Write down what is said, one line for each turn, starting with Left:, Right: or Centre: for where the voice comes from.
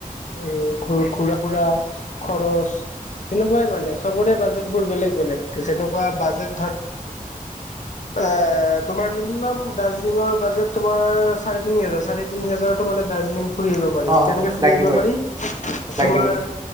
Left: উ, ঘুৰাফুৰা খৰচ তেনেকুৱাই মানে চবৰে বাজেট বোৰ বেলেগ বেলেগ। তেনেকুৱা বাজেট
Right: উম, উম, উম।
Left: আ তোমাৰ মিনিমাম দাৰ্জিলিঙৰ বাজেত তোমাৰ চাৰে তিনি হাজাৰ, চাৰে তিনিহাজাৰটো মানে দাৰ্জিলিং ফুৰি আহিব পাৰি,
Right: অ
Left: কেনেকে ফুৰি
Right: লাগিবই
Left: আহিব পাৰি
Right: লাগিবই
Left: তোমাৰ